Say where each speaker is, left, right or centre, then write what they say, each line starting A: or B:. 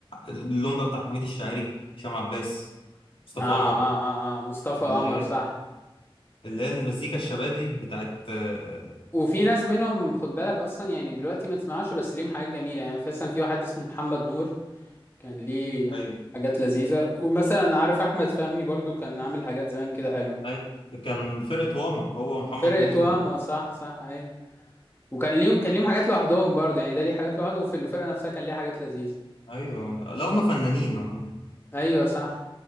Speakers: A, on the left; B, on the left.
A: اللون بقى بتاع حميد الشاعري هشام عباس مصطفى
B: اه اه
A: قمر
B: اه, آه. مصطفى
A: اللي
B: قمر صح
A: اللي هي المزيكا الشبابي بتاعت آه،
B: وفي ناس منهم خد بالك اصلا يعني دلوقتي ما تسمعش بس ليهم حاجات جميلة يعني في- مثلا في واحد اسمه محمد نور كان ليه
A: ايوه
B: حاجات لذيذة ومثلا عارف احمد فهمي برضو كان عامل حاجات زمان كده حلوة
A: أي- كان فرقة واما هو محمد
B: فرقة
A: نور
B: واما
A: و...
B: صح صح ايوه وكان ليهم كان ليهم حاجات لوحدهم برضه يعني ده ليه حاجات لوحده وفي الفرقة نفسها كان ليها حاجات لذيذة
A: ايوه لا هم فنانين عموما
B: ايوه صح